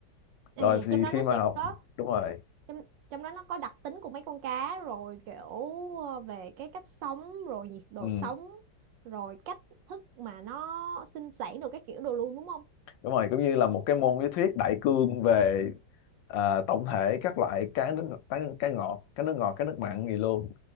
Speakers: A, on the right; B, on the left.
A: Ừ,
B: rồi thì
A: trong đó
B: khi
A: nó
B: mà
A: sẽ
B: học
A: có
B: đúng rồi
A: trong trong đó nó có đặc tính của mấy con cá rồi kiểu ờ, về cái cách sống rồi nhiệt độ
B: ừ.
A: sống rồi cách thức mà nó sinh sản được cái kiểu đồ luôn đúng không
B: đúng rồi cũng như là một cái môn lý thuyết đại cương về à, tổng thể các loại cá nước cá, cá ngọt cá nước ngọt cá nước mặn gì luôn